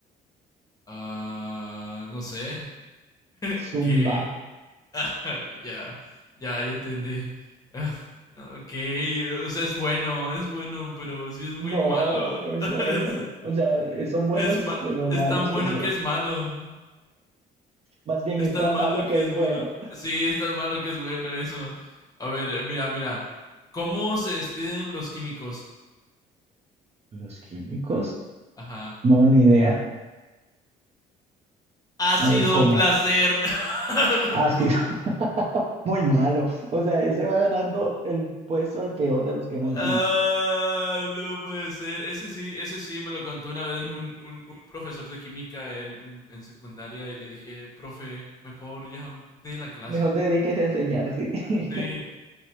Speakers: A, on the left; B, on the right.
A: Ah, no sé, <laughs>
B: Zumba.
A: ¿qué? <laughs> Ya, ya, ya entendí. Ah, Ok, o sea, es bueno, es bueno, pero sí es muy
B: No,
A: malo.
B: no es
A: <laughs>
B: bueno. O sea, son buenos
A: Es, es, ma-
B: de lo
A: es
B: malos
A: tan bueno
B: que son.
A: que es malo.
B: Más bien
A: Es
B: es
A: tan
B: tan
A: malo
B: malo
A: que
B: que es
A: es bueno.
B: bueno.
A: Sí, es tan malo que es bueno eso. A ver, eh, mira, mira. ¿Cómo se despiden los químicos?
B: ¿Los químicos?
A: Ajá.
B: No, ni idea.
A: Ha
B: A
A: sido
B: ver cómo.
A: un placer. <laughs>
B: Ácido, <laughs> muy malo. O sea, ese va ganando el puesto al peor de los que hemos
A: Ah,
B: dicho.
A: no puede ser. Ese sí, ese sí me lo contó una vez un,
B: Mm.
A: un- un profesor de química en, en- en secundaria y le dije, profe, mejor ya de la clase.
B: Mejor dediques a enseñar, sí. <laughs>
A: Sí,